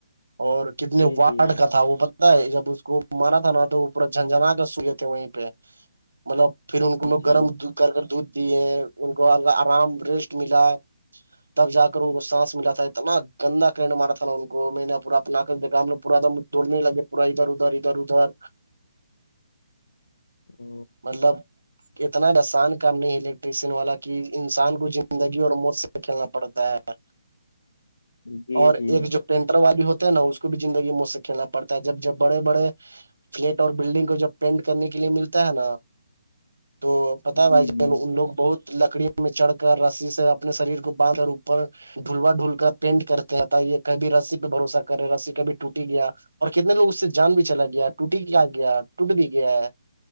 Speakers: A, on the right; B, on the left.
A: اور کتنے
B: جی
A: واٹ
B: جی
A: کا تھا وہ جب اس کو مارا تھا نہ تو وہ پورا جھنجھنا کر سوئے تھے وہیں پہ مطلب پھر ان کو لوگ
B: جی
A: گرم کر کر دودھ دی ہیں ان کو آرام ریسٹ ملا تب جا کر ان کو سانس ملا تھا اتنا گندا کرن مارا تھا نا ان کو میں نے پور اپنا آیکھا ہم لو پورام توڑنے لگے پورا ادھر ادھر ادھر ادھر
B: ہ
A: مطلب اتنا آسان کام نہیں الیکٹریسین والا کی انسان کو زندگی اور مو سے کھیلنا پڑتا ہے
B: جی
A: اور
B: جی
A: ایک جو پینٹر والی ہوتے ہے نا اس کو بھی زندگی مجھ سے کھیلنا پڑتا ہے جب جب بڑے بڑے فلیٹ اور بلڈنگ کو جب پینٹ کرنے کے لیے ملتا ہے نا تو پتاہ ہے
B: جی
A: بھائی ج
B: جی
A: ان لوگ بہت <unintelligible> لکڑیوں میں چڑھ کر رسی سے اپنے شریر کو باند کر اوپر ڈھلوا ڈھول کر پینٹ کرتے رہتا یہ کب رسی پہ بھروسہ کرے رسی کبھی ٹوٹی گیا اور کتنے لوگ اس سے جان بھی چلا گیا ٹوٹی کیا گیا ٹوٹ بھی گیا ہے